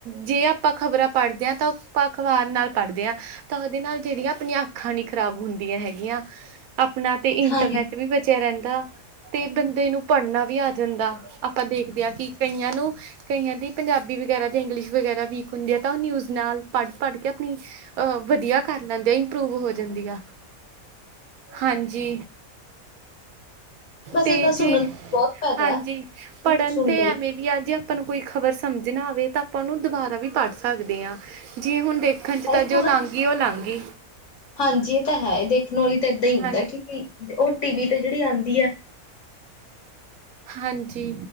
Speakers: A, on the right (about 80°); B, on the left (about 60°).
A: ਜੇ ਆਪਾਂ ਖ਼ਬਰਾਂ ਪਾੜਦੇ ਆਂ, ਤਾ ਅਖ਼ਬਾਰ ਨਾਲ ਪਾੜਦੇ ਆਂ। ਤਾ ਓਦੇ ਨਾਲ ਜੇੜੀਆ ਆਪਨੀਆ ਅੱਖਾਂ ਨੀ ਖ਼ਰਾਬ ਹੁੰਦੀਆ ਹੈਗੀਆਂ, ਅਪਨਾ ਤੇ ਇੰਟਰਨੈੱਟ
B: ਹਾਂਜੀ
A: ਵੀ ਬਚੇਆ ਰੈਂਦਾ, ਤੇ ਬੰਦੇ ਨੂੰ ਪੜਨਾ ਵੀ ਆ ਜਾਂਦਾ ਆ ਆਪਾ ਦੇਖਦੇ ਆਂ ਕਿ ਕਈਆਂ ਨੂੰ ਕਈਂਆ ਦੀ ਪੰਜਾਬੀ ਵਗੈਰਾ ਜਾਂ ਇੰਗਲਿਸ਼ ਵਗੈਰਾ ਵੀਕ ਹੁੰਦੀ ਆ, ਤਾ ਓ ਨਿਊਜ਼ ਨਾਲ ਪੜ-ਪੜ ਕੇ ਪਲੀਜ਼, ਅ ਵਦੀਆ ਕਰ ਲੈਂਦੇ ਇੰਪਰੂਵ ਹੋ ਜਾਂਦੀ ਆ। ਹਾਂਜੀ।
B: ਬਸ
A: ਤੇ
B: ਇਹ ਤਾਂ
A: ਜੇ
B: ਸੁਣਨ ਦਾ ਬਹੁਤ ਫਾਇਦਾ
A: ਹਾਂਜੀ,
B: ਹੈ,
A: ਪੜਨ
B: ਸੁਣ
A: ਤੇ
B: ਲਵੇ
A: ਐ ਮੇ ਵੀ ਆ ਜੇ ਆਪਾਂ ਨੂੰ ਕੋਈ ਖ਼ਬਰ ਸਮਝ ਨਾ ਆਵੇ, ਤਾਂ ਆਪਾਂ ਓਨੂੰ ਦੁਬਾਰਾ ਵੀ ਪੜ ਸਕਦੇ ਆਂ। ਜੀ ਹੁਨ ਦੇਖਨ ਚ
B: ਹਾਂ
A: ਤਾਂ
B: ਸੁਣ
A: ਜੋ ਲੰਘ ਗੀ, ਓ ਲੰਘ ਗੀ।
B: ਹਾਂਜੀ, ਏ ਤਾ ਹੈ, ਦੇਖਨ ਵਾਲੀ ਤਾ ਏੱਦਾ ਈ ਹੁੰਦਾ
A: ਹਾਂਜੀ
B: ਕਿ ਓ ਟੀ ਵੀ ਤੇ ਜੇੜੀ ਆਂਦੀ ਐ।
A: ਹਾਂਜੀ।